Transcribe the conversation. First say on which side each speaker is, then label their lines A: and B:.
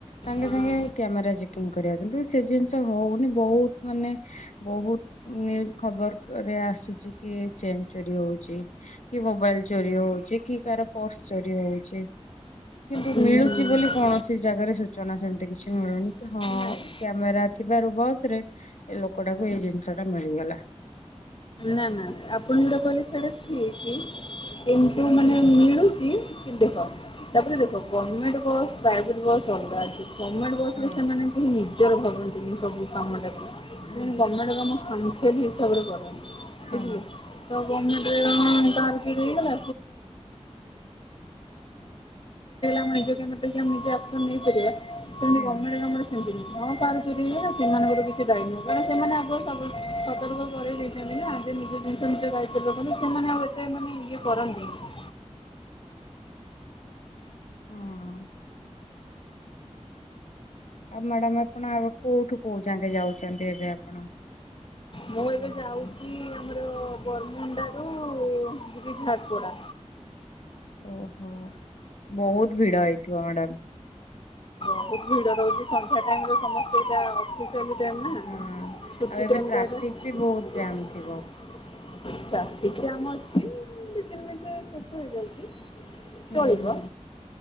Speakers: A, on the left; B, on the left.
A: ସାଙ୍ଗେ
B: ହଁ
A: ସାଙ୍ଗେ କ୍ୟାମେରା ଚେକିଂ କରିବା କିନ୍ତୁ ସେ ଜିନ୍ ଷ ହଉନି ବହୁତ ମାନେ ବହୁତ <unintelligible> ଖବର୍କରେ ଆସୁଛି। କି ଏଇ ଚେନ୍ ଚୋରି ହଉଚି। କି ମୋବାଇଲ୍ ଚୋରି ହଉଛି, କି କାହାର ପର୍ସ ଚୋରି ହଉଛି। କିନ୍ତୁ
B: ହୁଁ
A: ମିଳୁଛି
B: ହୁଁ
A: ବୋଲି କୌଣସି ଜାଗାରେ ସୂଚନା ସେମତି କିଛି ମିଳୁନି କି ହଁ,
B: ନାଇଁ
A: କ୍ୟାମେରା ଥିବାରୁ ବସରେ ଏ ଲୋକଟାକୁ ଏଇ ଜିନିଷଟା ମିଳିଗଲା।
B: ନା ନା ଆପଣ ଯୋଉଟା କହିଲେ ସେଇଟା ଠିକ୍। କିନ୍ତୁ ମାନେ ମିଳୁଚି କିନ୍ତୁ ଦେଖ। ତାପରେ ଦେଖ ଗମେଣ୍ଟ ବସ୍ ପ୍ରାଇଭେଟ ବସ୍ ଅଲଗା ଅଛି। ଗମେଣ୍ଟ ବସରେ
A: ହଁ
B: ସେମାନେ କେହି ନିଜର ଭାବନ୍ତିନି ସବୁ କାମଟା ସେ ମାନେ
A: ହଁ
B: ଗମେଣ୍ଟ କାମ ଖାମିଖିଆଲି ହିସାବରେ କରନ୍ତି
A: ହଁ
B: ବୁଝିଲେ। <unintelligible> ପର୍ସନାଲ୍ ଯଦି କିଛି ଚୋରି ହେଇଗଲା ଆମ କ୍ୟାମେରା ଦେଖି ନିଜେ ଆକ୍ସନ ନେଇପାରିବା, ସେମିତି
A: ହଁ
B: ଗମେଣ୍ଟ କାମରେ ସେମିତି ନାହିଁ ହଁ କାହାର ଚୋରି ହେଇଗଲା ସେମାନଙ୍କର କିଛି ଦାୟୀ ନୁହଁ କାରଣ ସେମାନେ ଆଗୁଆ ସବୁ ସତର୍କ କରେଇ ଦେଇ ଛନ୍ତି ନା ଯେ ନିଜ ଜିନିଷ ନିଜ ଦାୟିତ୍ୱରେ ରଖନ୍ତୁ ସେମାନେ ଆଉ ଏତେ ମାନେ ଇଏ କରନ୍ତିନି?
A: ହଁ ଆଉ ମ୍ୟାଡ଼ାମ୍ ଆପଣ ଆଗ କୋଉଠୁ କୋଉ ଯାଙ୍କେ ଯାଉଛନ୍ତି ଏବେ ଆପଣ?
B: ମୁଁ ଏବେ ଯାଉଛି ଆମର ବରମୁଣ୍ଡାରୁ ଯିବି ଝାରପଡ଼ା।
A: ଓହୋ, ବହୁତ ଭିଡ଼ ହେଇଥିବ ମ୍ୟାଡ଼ାମ।
B: ବହୁତ ଭିଡ ରହୁଛି ସନ୍ଧ୍ୟା ଟାଇମରେ ସମସ୍ତେ ଏଇଟା <unintelligible>
A: ହଁ। ଆଉ ଏବେ ଟ୍ରାଫିକ ବି ବହୁତ ଜାମ୍ ଥିବ
B: ଟ୍ରାଫିକ ଜାମ୍ ଅଛି ଦି ତିନି ମିନିଟରେ ଶେଷ ହେଇଯାଉଛି।
A: ହୁଁ
B: ଚଳିବ
A: ହୁଁ